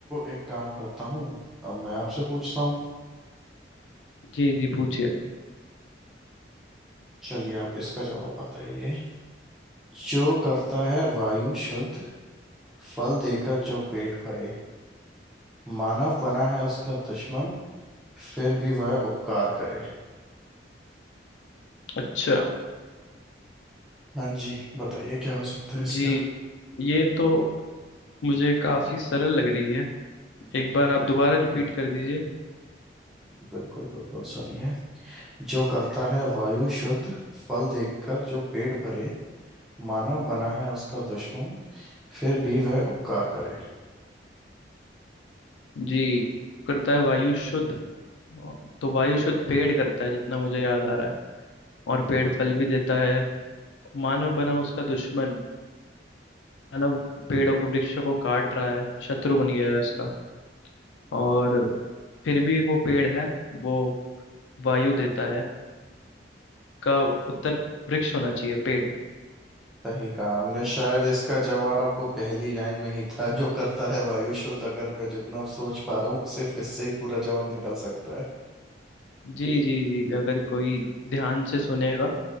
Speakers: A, in the centre; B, on the left.
A: एक काम करता हूँ अब मैं आपसे पूछता हूँ
B: जी जी पूछिए
A: चलिए आप इसका जवाब बताइए जो करता है वायु शुद्ध फल देकर जो पेट भरे मानव बना है उसका दुश्मन फिर भी वह उपकार करे
B: अच्छा
A: हाँ जी बताइए क्या हो सकता है इसका
B: जी ये तो मुझे काफी सरल लग रही है एक बार आप दोबारा रिपीट कर दीजिए
A: बिल्कुल बिल्कुल सुनिए जो करता है वायु शुद्ध फल देकर जो पेट भरे मानव बना है उसका दुश्मन फिर भी वह उपकार करे
B: जी करता है वायु शुद्ध और- तो वायु शुद्ध पेड़ करता है जितना मुझे याद आ रहा है और पेड़ फल भी देता है मानव बना उसका दुश्मन मानव पेड़ों को वृक्षों को काट रहा है शत्रु बन गया है उसका और फिर भी वो पेड़ है वो वायु देता है का उत्तर वृक्ष होना चाहिए पेड़
A: सही कहा हमने शायद इसका जवाब पहली लाइन में ही था जो करता है वायु शुद्ध अगर मैं जितना अब सोच पा रहा हूँ सिर्फ इससे ही पूरा जवाब निकल सकता है
B: जी जी जी अगर कोई ध्यान से सुनेगा